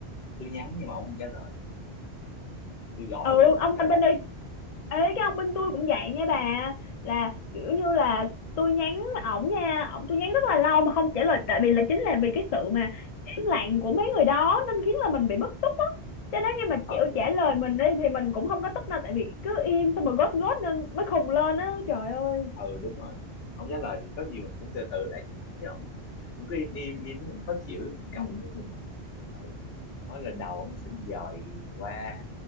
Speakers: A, on the left; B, on the left.
A: tôi nhắn nhưng mà ông không trả lời tôi gọi
B: ừ
A: ông cũng không
B: ông
A: trả
B: anh
A: lời
B: bên đây ấy cái ông bên tôi cũng vậy nha bà là kiểu như là tôi nhắn ổng nha ổng tôi nhắn rất là lâu mà không trả lời tại vì là chính là vì cái sự mà im lặng của mấy người đó nên khiến là mình bị bức xúc á cho nên như mà
A: ừ
B: chịu
A: đúng
B: trả
A: rồi
B: lời mình đi thì mình cũng không có tức đâu tại vì cứ im xong rồi gót gót nên mới khùng lên á trời ơi
A: ừ đúng rồi ông trả lời thì có gì mình cũng từ từ lại cho ông chứ ông cũng cứ im im im mình khó chịu mình cọc
B: ừ
A: với mình ừ nói lần đầu ông xin dời qua